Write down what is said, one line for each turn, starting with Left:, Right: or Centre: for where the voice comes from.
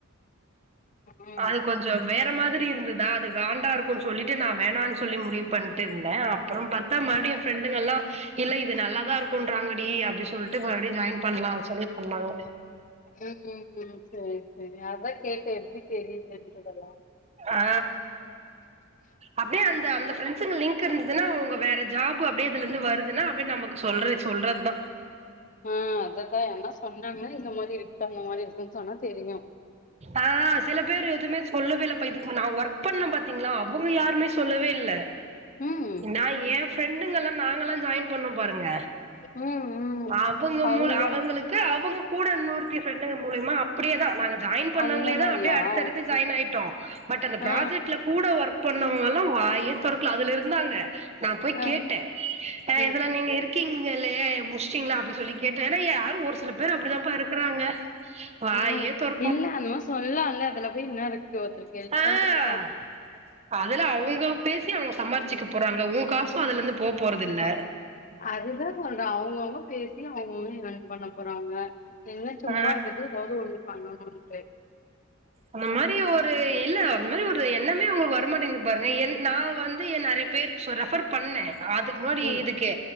Left: ஆ
Right: அது கொஞ்சொ வேற மாதிரி ருந்துதா அது காண்டா இருக்குன் சொல்லிட்டு நா வேணான் சொல்லி முடிவு பண்ட்டு இருந்தே அப்பறோம் பாத்தா மறுடியு எ ஃப்ரெண்டு ல்லா இல்ல இது நல்லாதா இருக்குன்றாங்கடி அப்டி சொல்ட்டு மறுபடி ஜாய்ன் பண்லா சொல்லி பண்ணாங்க
Left: ம் ம் ம் செரி செரி அதா கேட்டே எப்டி தெரியுதுன்றதல்லா
Right: ஆ அப்டியே அந்த அந்த ஃப்ரெண்ஸுங்க லிங்க் இருந்துதுன்னா அவுங்க வேற ஜாப் அப்டியே இதுல இருந்து வருதுன்னா அப்டே நமக்கு சொல்றே சொல்றத் தா
Left: ஆ அததா யார்னா சொன்னாங்க இந்த மாரி இருக்கு அந்த மாரி இருக்குன் சொன்னா தெரியு
Right: ஆ சில பேர் எதுமே சொல்லவே இல்லப்பா இதுக் நா ஒர்க் பண்ணெ பாத்திங்களா அவுங்க யாருமே சொல்லவே இல்ல
Left: ம்
Right: நா எ ஃப்ரெண்டுங்கல்லா நாங்கல்லா ஜாய்ன் பண்ணோ பாருங்க
Left: ம் ம்
Right: அவங்க
Left: அவுங்க
Right: மூல அவங்களுக்கு
Left: அந்த
Right: அவங்க கூட இன்னோர்த்தி ஃப்ரெண்டுங்க மூலியமா அப்டியேதா ஜாய்ன் பண்ணவங்ளே
Left: அந்த மாரியா
Right: தா அப்டியே அடுத்தடுத்து
Left: ஓகே
Right: ஜாய்ன் ஆய்ட்டோ பட் அந்த
Left: ஆ
Right: ப்ராஜெக்ட்ல கூட ஒர்க் பண்ணவங்கல்லா வாயே தொறக்ல அதுல இருந்தாங்க நா போய்
Left: ஆ ஆ
Right: கேட்டே அ
Left: ஆ
Right: இதுல நீங்க இருக்கீங்களே முச்டீங்ளா அப்டி சொல்லி கேட் டே ஏன்னா யாரு ஒரு சில பேர் அப்டிதா பா இருக்குறாங்க வாயே
Left: ஆ ம்.
Right: தொர
Left: இல்ல அந்த மார் சொல்லால்ல அதுல போய் என்ன இருக்கு ஒருத்தருக்கு ஹெல்ப்
Right: ஆ
Left: பண்றதுல
Right: அதுல அவுங்க பேசி அவ்ங்க சம்பாருச்சுக்க போறாங்க ஒன் காசு அதுல இருந்து போ போறது இல்ல
Left: அதுதா சொல்றே அவ்ங்க அவ்ங்க பே இல்ல அவ்ங் அவ்க ஏன் பண்ண போறாங்க என்ன சும்மா
Right: ஆ
Left: இருக்கது ஏதாவது ஒன்னு பண்ணணு டு
Right: அந்த மாரி ஒரு இல்ல அந்த மாரி ஒரு எண்ணமே அவ்ங்கள்க்கு வரமாட்டேங்குது பாருங்க என் நா வந்து எ நெறைய பேருக்கு சொ ரெஃபர் பண்ணே அதுக் முன்னாடி
Left: ம்
Right: இதுக்கு